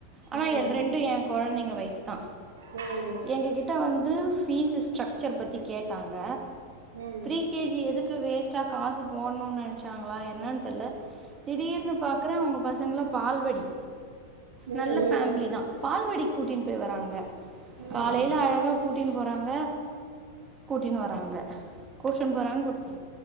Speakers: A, on the right (about 20°); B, on the right (about 65°).
A: ஆனா
B: ம்
A: எல் ரெண்டும் எங் கொழந்தைங்க வயசு தா
B: ம்
A: எங்க கிட்ட வந்து ஃபீஸு ஸ்ட்ரக்சர் பத்தி கேட்டாங்க
B: ம்
A: ப்ரீ கே ஜி எது க்கு வேஸ்ட்டா காசு போடணுனு நெனச்சாங்களா என்னன்னு தெர்ல திடீர்னு பாக்குறே அவங்க பசங்கள பால்வடி
B: ம் ம்
A: நல்ல ஃபேமிலி தா பால்வடி கூட்டினு போய் வறாங்க காலைல
B: ம்
A: அழகா கூட்டினு போறாங்க கூட்டினு வர்றாங்க கோர்ஷன் போறாங்க கூட்